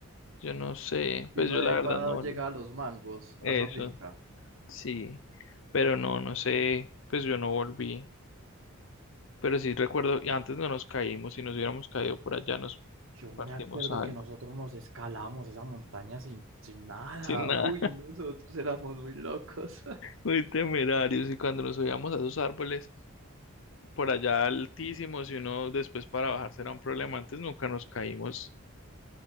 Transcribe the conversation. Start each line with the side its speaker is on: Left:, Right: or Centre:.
Left: Yo no sé,
Right: y
Left: pues
Right: uno
Left: yo
Right: de
Left: la
Right: ahí
Left: verdad
Right: para
Left: no. volví.
Right: llegar a los mangos,
Left: Eso.
Right: a esa finca.
Left: Sí, pero no, no sé, pues yo no volví, pero sí recuerdo, y antes no nos caímos, si nos hubiéramos caído por allá nos
Right: Yo me
Left: partimos
Right: acuerdo
Left: algo,
Right: que nosotros nos escalábamos esa montaña sin, sin nada.
Left: sin nada,
Right: Uy,
Left: <laughs>
Right: no, nosotros éramos muy locos. <laughs>
Left: muy temerarios, y cuando nos subíamos a esos árboles por allá altísimos y uno después para bajarse era un problema, antes nunca nos caímos,